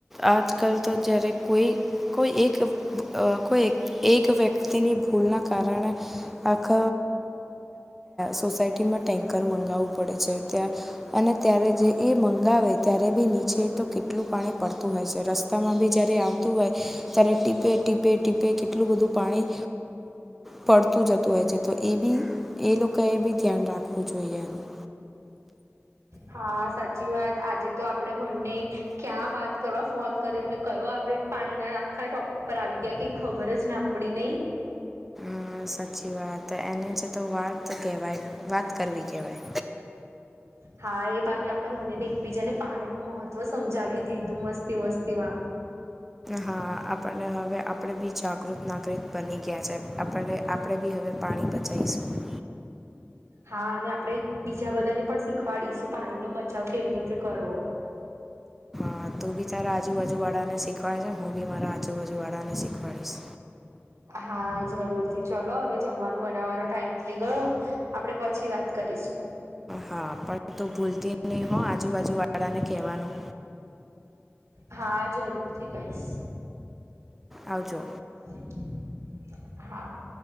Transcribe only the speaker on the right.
હા સાચી વાત આજે તો આપડે બંને... ક્યાં વાત કરવા ફોન કર્યોને કહયો આપડે પાણીના આખા ટોપિક... પર આવી ગ્યાં કઈ ખબર જ ના પડી નહી...
હા એ બાને આપડે બની ને એકબીજાને પાણી નું મહત્વ સમજાવી દીધું મસ્તી મસ્તી <unintelligible>
હા અને આપણેે બીજા બધાને પણ શીખવાડીશું પાણીનો બચાવ કેવી રીતે કરવો.
હા જરૂરથી ચલો હવે જમવાનું બનાવવાનો ટાઈમ થઇ ગયો... આપડે પછી વાત કરીશું...
હા જરૂરથી કહીશ...
<unintelligible> હા